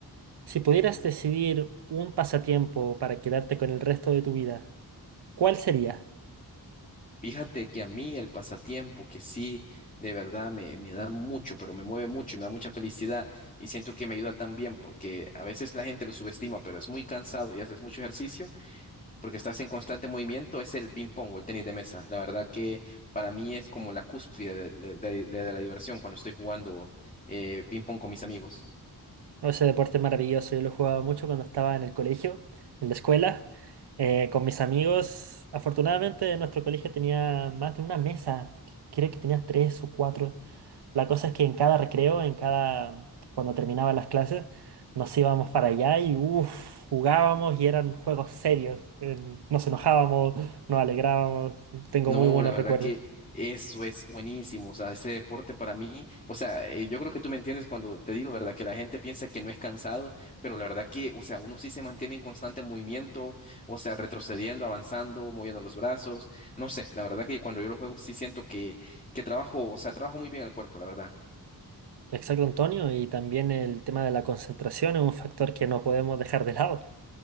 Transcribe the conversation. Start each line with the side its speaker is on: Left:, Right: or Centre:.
Right: si pudieras decidir un pasatiempo para quedarte con el resto de tu vida, ¿cuál sería?
Left: Fíjate que a mí el pasatiempo, que sí, de verdad me, me da mucho, pero me mueve mucho y me da mucha felicidad y siento que me ayuda también porque a veces la gente lo subestima, pero es muy cansado y haces mucho ejercicio porque estás en constante movimiento, es el ping pong o el tenis de mesa. La verdad que para mí es como la cúspide de, de- de- de la diversión cuando estoy jugando eh, ping pong con mis amigos.
Right: No, Ese deporte es maravilloso, yo lo jugaba mucho cuando estaba en el colegio, en la escuela, eh, con mis amigos. Afortunadamente nuestro colegio tenía más de una mesa, que- creo que tenía tres o cuatro. La cosa es que en cada recreo, en cada, cuando terminaban las clases, nos íbamos para allá y uff, jugábamos y eran juegos serios. eh, nos enojábamos, nos alegrábamos, tengo
Left: No,
Right: muy buenos
Left: la verdad
Right: recuerdos.
Left: que eso es buenísimo. O sea, ese deporte para mí, o sea, eh, yo creo que tú me entiendes cuando te digo, ¿verdad? Que la gente piensa que no es cansado, pero la verdad que, o sea, uno sí se mantiene en constante movimiento, o sea, retrocediendo, avanzando, moviendo los brazos. No sé, la verdad que cuando yo lo juego sí siento que, que trabajo, o sea, trabajo muy bien el cuerpo, la verdad.
Right: Exacto, Antonio, y también el tema de la concentración es un factor que no podemos dejar de lado.